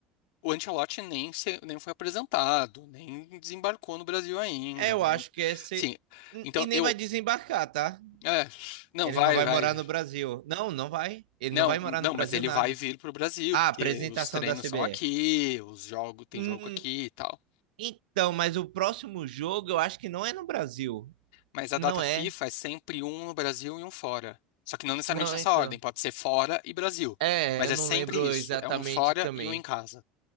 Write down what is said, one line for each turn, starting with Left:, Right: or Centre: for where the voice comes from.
Left: o Ancelotti nem, se- nem foi apresentado, nem desembarcou no Brasil ainda.
Right: É, eu
Left: Não,
Right: acho que esse
Left: sim,
Right: e
Left: então
Right: e nem
Left: eu.
Right: vai desembarcar, tá?
Left: é, não,
Right: Ele
Left: vai,
Right: não vai
Left: vai.
Right: morar no Brasil. Não, não vai. Ele
Left: Não,
Right: não vai morar
Left: não,
Right: no Brasil
Left: mas ele
Right: nada.
Left: vai vir para o Brasil,
Right: Ah,
Left: porque
Right: apresentação
Left: os treinos
Right: da CBE.
Left: são aqui, os jogos, tem
Right: Hum,
Left: jogo aqui e tal.
Right: então, mas o próximo jogo eu acho que não é no Brasil.
Left: Mas a
Right: Não
Left: data FIFA
Right: é.
Left: é sempre um no Brasil e um fora. Só que não necessariamente
Right: Não,
Left: nessa
Right: então.
Left: ordem, pode ser fora e Brasil.
Right: É,
Left: Mas
Right: eu
Left: é
Right: não
Left: sempre
Right: lembro
Left: isso,
Right: exatamente
Left: é um fora
Right: também.
Left: e um em casa.